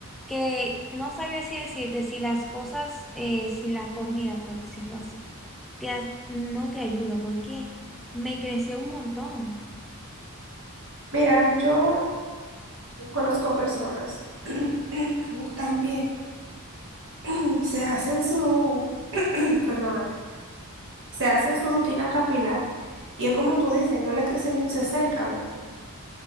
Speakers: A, in the centre; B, on the right (about 60°).
A: que no sabía si decirte si las cosas, eh, si la comida, por decirlo así, te ha- no te ayuda, porque me creció un montón.
B: Mira, yo conozco personas <clears throat> que gustan bien, <clears throat> se hacen su perdóname, se hacen su rutina capilar y es como tú dices, no le crece ni un cc el cabello.